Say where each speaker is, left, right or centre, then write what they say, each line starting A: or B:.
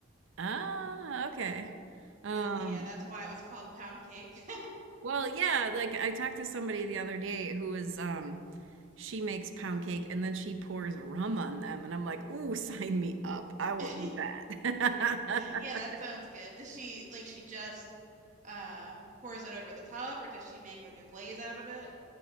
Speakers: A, on the right; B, on the right.
A: Ah, okay. Um,
B: was yeah, that's why it was called pound cake.
A: well, yeah, like I talked to somebody the other day who was um she makes pound cake and then she pours rum on them and I'm like, "Ooh, sign me up. I will
B: <laughs>
A: eat that."
B: Yeah, that
A: <laughs>
B: sounds good. Does she like she just um pours it over the top or does she make like a glaze out of it?